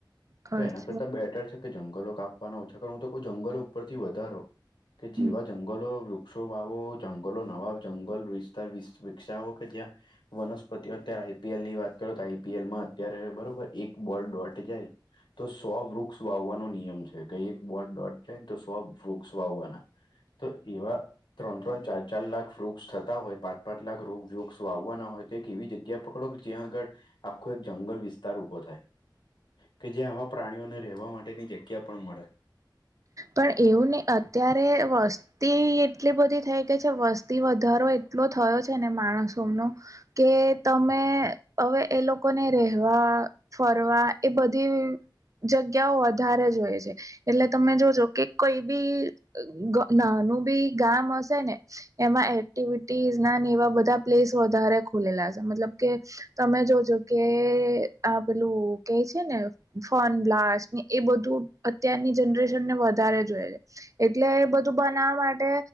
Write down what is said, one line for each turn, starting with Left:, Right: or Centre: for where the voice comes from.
Right: ખર્ચ
Left: તો એના કરતા બેટર છે કે જંગલો કાપવાના ઓછા કરો, હું તો કહું જંગલો ઉપરથી વધારો, કે
Right: હમ
Left: જેવા જંગલો વૃક્ષ ઓ વાવવો, જંગલો, નવા જંગલ વિસ્તાર વિસ વિકસાવો કે જ્યાં વનસ્પતિઓ અત્યારે આઈપીએલ ની વાત કરો તો આઈપીએલમાં અત્યારે બરોબર એક બોલ ડોટ જાય તો સો વૃક્ષ વાવવાનો નિયમ છે. કઈ એક બોલ ડોટ જાયને તો સવ વૃક્ષ વાવવાના તો એવા ત્રણ ત્રણ ચાર ચાર લાખ વૃક્ષ થતા હોય પાંચ પાંચ લાખ રોગ વૃક્ષો આવવાના હોય તો એક એવી જગ્યા પકડો કે જ્યાં આગળ આખો એક જંગલ વિસ્તાર ઉઊભો થાય કે જે્યાં આવા પ્રાણીઓને રહેવા માટેની જગ્યા પણ મળે
Right: પણ એવું નહીં, અત્યારે વસ્તી એટલી બધી થઈ ગઈ છે, વસ્તી વધારો એટલો થયો છે ને માણસોનો કે તમે હવે એ લોકોને રહેેવા ફરવા એ બધી જગ્યાઓ વધારે જોય છે, એટલે તમે જોજો કે કંઈ બી ગ નાનું બી ગામ હશે ને એમાં એક્ટિવિ ટીઝના ને એવા બધા પ્લેસ વધારે ખુલેલા હશે, મતલબ કે તમે જોજો કે આ પેલું કેઈ છે ને ફોન બ્લાસ્ટ ને એ બધું અત્યારની જનરેશનને વધારે જોયએ છે. એટલે એ બધું બનાવા માટે